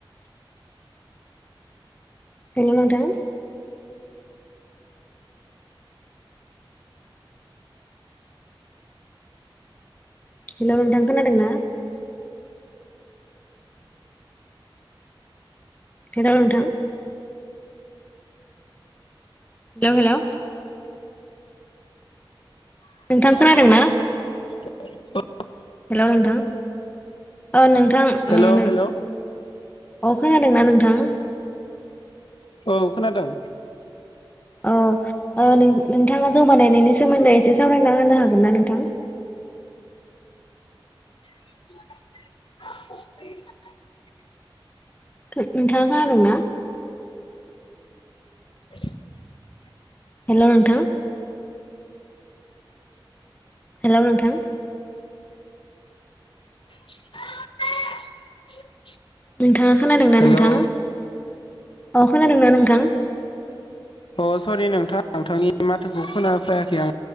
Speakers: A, on the left; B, on the left.
A: हेलौ नोंथां। हेलौ नोंथां खोनादों ना। हेलौ नोंथां। Hello hello. नोंथां खोनादों ना?
B: <inaudible>
A: हेलौ नोंथां ओ नोंथां
B: हेलौ
A: ओ।
B: हेलौ
A: अ खोनादोंना नोंथां?
B: औ खोनादों।
A: अ। ओ नोंथाङा जौ बानायनायनि सोमोन्दै एसे सावरायना होनो हागोन ना नोंथां? <inaudible>
B: <inaudible>
A: नोंथाङा खोनादों ना?
B: <inaudible>
A: हेलौ नोंथा। हेलौ नोंथां
B: <inaudible>
A: नोंथाङा खोनादोंना
B: हेलौ
A: नोंथां अ ‌खोनादों ना नोंथां।
B: अ सरि नोंथां नोंथांनि माथोखौ खोनाफैयाखै आं।